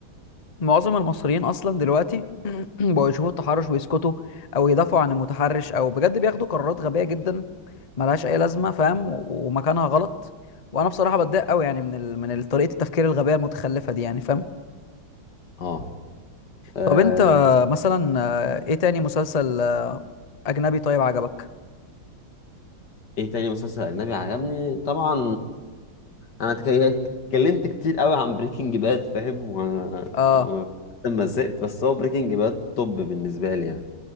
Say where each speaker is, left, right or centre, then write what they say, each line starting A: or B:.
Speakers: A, on the left (about 70°); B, on the left (about 55°).
A: معظم المصريين اصلا دلوقتي <clears throat> بقوا يشوفوا التحرش ويسكتوا او يدافعوا عن المتحرش او بجد بياخدوا قرارات غبيه جدا ملهاش اي لازمه فاهم و- ومكانها غلط وانا بصراحه بتضايق قوي يعني من ال... من ال- طريقه التفكير الغبيه المتخلفه دي يعني فاهم
B: اه آه،
A: طب انت مثلا آه، ايه تاني مسلسل آه، اجنبي طيب عجبك
B: ايه تاني مسلسل اجنبي عجبني طبعا انا تك- اتكلمت كتير قوي عن بريكنج باد فاهم و...
A: اه
B: و... لما زهقت بس هو بريكنج باد توب بالنسبه لي يعني